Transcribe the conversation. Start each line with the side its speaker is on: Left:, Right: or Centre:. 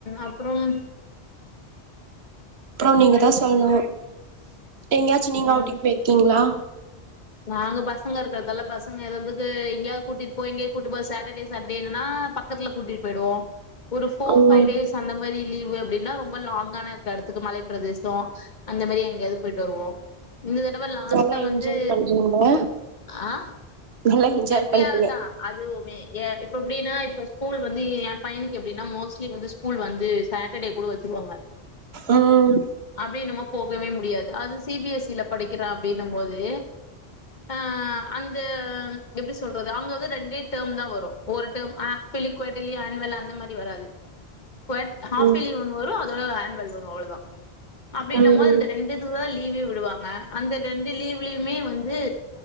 Left: அப்றம்
Right: அப்றம் நீங்க தா சொல்ணு எங்கயாச்சு நீங்க
Left: ம்
Right: அவ்ட்டிங் பேர்க்கீங்ளா
Left: நாங்க பசங்க இருக்கறதால்ல பசங்க எதாது எங்கயாவது கூட்டிட்டு போ எங்கயாவது கூட்டிட்டு போன்னா சட்டடே சண்டேன்னா பக்கத்துல கூட்டிட்டு போய்டுவோ ஒரு ஃபோர்
Right: ம்
Left: ஃபைவ் டேஸ் அந்த மாரி லீவு அப்படின்னா ரொம்ப லாங்கான இருக்க எடத்துக்கு மலை பிரதேசோ அந்த மாரி எங்கயாது போய்ட்டு வருவோ இந்த தடவ லாஸ்ட்டா
Right: நல்லா என்ஜாய்
Left: வந்து
Right: பண்றீங்க
Left: ஆ
Right: நல்லா என்ஜாய்
Left: எப்பயாவதுதா
Right: பண்றீங்க
Left: அதுவுமே எப் அ இப்ப எப்புடின்னா இப்ப ஸ்கூல் வந்து என் பையனுக்கு எப்புடின்னா மோஸ்ட் ட்லி வந்த ஸ்கூல் வந்து சாட்டர்டே கூட வச்சுருவாங்க
Right: ம்
Left: அப்டின்னு மோ போகவே முடியாது அது சி பி எஸ் சில படிக்கிறான் அப்டின்னும் போது ஆ அந்த எப்டி சொல்றது அவங்க வந்து ரெண்டே டேர்ம் தா வரும் ஒரு டேர்ம் அ ஃப்பேர்லி குவார்ட்டலி அன்னுவல் அந்த மாரி வராது குவேட் ஹாஃப்யேர்லி
Right: ம்
Left: ஒண்ணு வரும் அதோட அன்னுவல் வ அவ்ளோதா அப்டின்னம்
Right: ம்
Left: போது இந்த ரெண்டு இது தா லீ லீவு விடுவாங்க அந்த ரெண்டு லீவ்லயுமே வந் ந்து